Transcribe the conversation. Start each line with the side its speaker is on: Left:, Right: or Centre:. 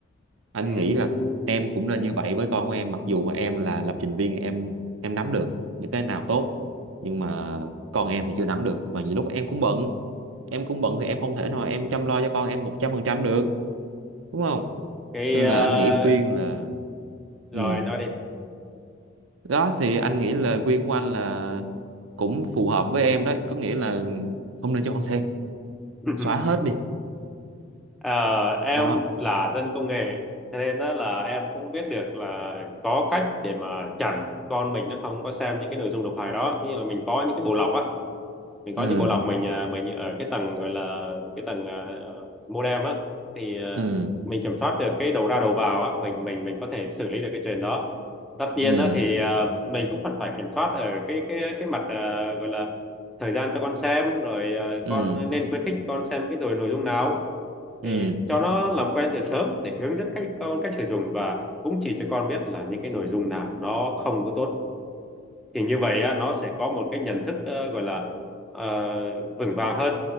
Right: anh
Centre: Ừ,
Right: nghĩ là em cũng nên như vậy với con của em mặc dù mà em là lập trình viên em em nắm được những cái nào tốt nhưng mà con em thì chưa nắm được mà nhiều lúc em cũng bận em cũng bận thì em không thể nào em chăm lo cho con em một trăm phần trăm được đúng không
Centre: cái
Right: nên
Centre: ờ,
Right: là anh nghĩ khuyên là
Centre: rồi
Right: ừ
Centre: nói đi
Right: đó thì anh nghĩ lời khuyên của anh là cũng phù hợp với em đấy có nghĩa là không nên cho con xem
Centre: <laughs>
Right: xóa hết đi
Centre: Ờ, em
Right: đó
Centre: là dân công nghệ cho nên đó là em cũng biết được là có cách để mà chặn con mình nó không có xem những cái nội dung độc hại đó như là mình có những cái bộ lọc á mình có
Right: ừ
Centre: những bộ lọc mình à, mình ở cái tầng gọi là cái tầng à, ờ, modem á thì à,
Right: ừ
Centre: mình kiểm soát được cái đầu ra đầu vào á mình mình mình có thể xử lý được cái chuyện đó tất nhiên
Right: ừ
Centre: á thì à, mình cũng phần phải kiểm soát ở cái cái cái mặt à, gọi là thời gian cho con xem rồi à,
Right: ừ
Centre: con nên khuyến khích con xem cái rồi nội dung nào thì
Right: ừ
Centre: cho nó làm quen từ sớm để hướng dẫn cách con cách sử dụng và cũng chỉ cho con biết là những cái nội dung nào nó không có tốt thì như vậy á, nó sẽ có một cái nhận thức ờ, gọi là ờ, vững vàng hơn